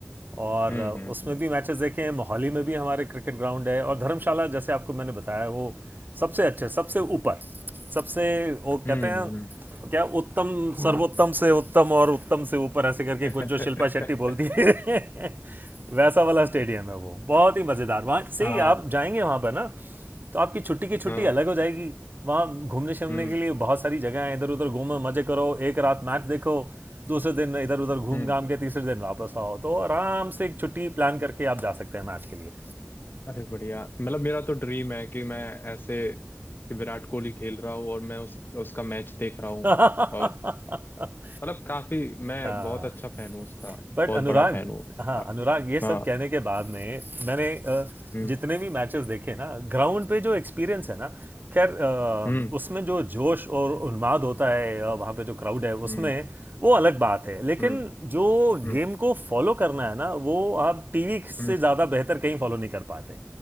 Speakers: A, on the right; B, on the left.
A: और
B: हम्म
A: अ,
B: हम्म
A: उसमें भी मैचेस देखे हैं मोहाली में भी हमारे क्रिकेट ग्राउंड है और धर्मशाला जैसे आपको मैंने बताया वो सबसे अच्छे सबसे ऊपर सबसे वो
B: हम्म
A: कहते हैं
B: हम्म
A: क्या उत्तम सर्वोत्तम से उत्तम और उत्तम से ऊपर ऐसे करके
B: <laughs>
A: कुछ जो शिल्पा शेट्टी बोलती है <laughs> वैसा वाला स्टेडियम है वो बहुत ही मज़ेदार वहाँ से
B: हाँ
A: आप जाएंगे वहाँ पर ना तो आपकी छुट्टी की छुट्टी
B: हाँ
A: अलग हो जाएगी वहाँ घूमने शमने
B: हम्म
A: के लिए बहुत सारी जगह हैं इधर उधर घूमो मज़े करो एक रात मैच देखो दूसरे दिन इधर उधर घूम
B: हम्म
A: घाम के तीसरे दिन वापस आओ तो आराम से एक छुट्टी प्लान करके आप जा सकते हैं मैच के लिए
B: अरे बढ़िया मतलब मेरा तो ड्रीम है कि मैं ऐसे कि विराट कोहली खेल रहा हूँ और मैं उस उसका मैच देख रहा हूँ
A: <laughs>
B: और मतलब काफी मैं
A: हाँ
B: बहुत अच्छा फैन हूँ उसका
A: बट
B: बहुत
A: अनुराग
B: बड़ा फैन हूँ
A: हाँ
B: हाँ
A: अनुराग ये सब
B: हाँ,
A: कहने के बाद में मैंने अ,
B: हम्म
A: जितने भी मैचेस देखे ना ग्राउंड पे जो एक्सपीरियंस है ना खैर अ,
B: हम्म
A: उसमें जो जोश और उन्माद होता है अ, वहाँ पे जो क्राउड है
B: हम्म
A: उसमें वो अलग बात है लेकिन
B: हम्म
A: जो
B: हम्म
A: गेम को फॉलो करना है ना वो आप टीवी से
B: हम्म,
A: ज़्यादा बेहतर कहीं फॉलो नहीं कर पाते